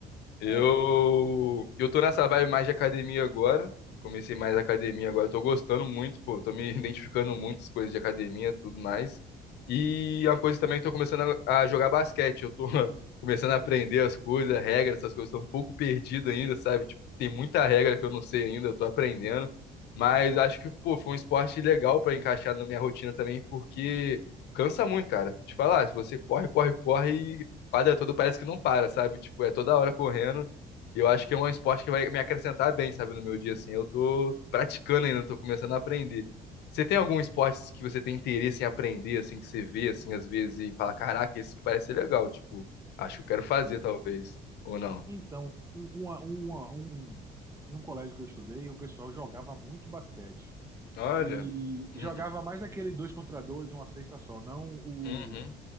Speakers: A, on the left; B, on the right.
A: Eu,
B: É,
A: eu tô nessa vibe mais de academia agora. Comecei mais academia agora. Tô gostando muito, pô. Tô me <laughs> identificando muito com as coisas de academia, tudo mais. E uma coisa também, que tô começando a, a jogar basquete. Eu tô <laughs> começando a aprender as coisas, regras, essas coisas. Tô um pouco perdido ainda, sabe? Tipo, tem muita regra que eu não sei ainda, eu tô aprendendo. Mas acho que, pô, foi um esporte legal pra encaixar na minha rotina também, porque cansa muito, cara. Te falar, se você corre, corre, corre quadra toda parece que não para, sabe? Tipo, é toda hora correndo. E eu acho que é um esporte que vai me acrescentar bem, sabe, no meu dia, assim. Eu tô praticando ainda, tô começando a aprender. Você tem algum esporte que você tem interesse em aprender, assim, que você vê, assim, às vezes e fala, caraca, esse que parece ser legal, tipo, acho que eu quero fazer,
B: é.
A: talvez, ou não?
B: Então, um- uma, uma, um, em um colégio que eu estudei, o pessoal jogava muito basquete.
A: Olha.
B: E jogava
A: Uhum,
B: mais aquele dois contra dois, uma cesta só, não o,
A: uhum,